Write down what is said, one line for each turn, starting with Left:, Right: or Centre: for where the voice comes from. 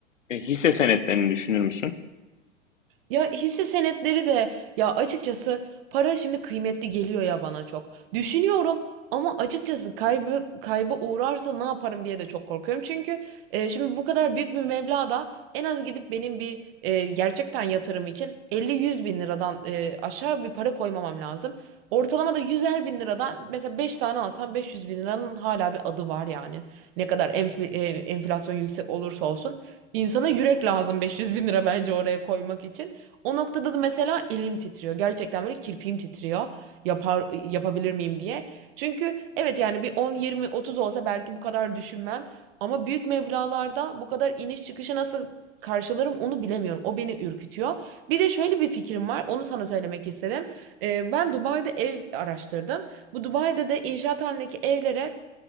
Left: e, hisse senetlerini düşünür müsün?
Right: Ya hisse senetleri de ya açıkçası para şimdi kıymetli geliyor ya bana çok. Düşünüyorum ama açıkçası kaybı kayba uğrarsa ne yaparım diye de çok korkuyorum. Çünkü e, şimdi bu kadar büyük bir meblağda en az gidip benim bir e, gerçekten yatırım için elli yüz bin liradan e, aşağı bir para koymamam lazım. Ortalama da 100'er bin liradan mesela 5 tane alsam 500 bin liranın hala bir adı var yani. Ne kadar enfi- e, enflasyon yüksek olursa olsun. insana yürek lazım 500 bin lira bence oraya koymak için. O noktada da mesela elim titriyor. Gerçekten böyle kirpiğim titriyor. Yapar, yapabilir miyim diye. Çünkü evet yani bir 10, 20, 30 olsa belki bu kadar düşünmem. Ama büyük meblağlarda bu kadar iniş çıkışı nasıl karşılarım onu bilemiyorum. O beni ürkütüyor. Bir de şöyle bir fikrim var. Onu sana söylemek istedim. Ee, ben Dubai'de ev araştırdım. Bu Dubai'de de inşaat halindeki evlere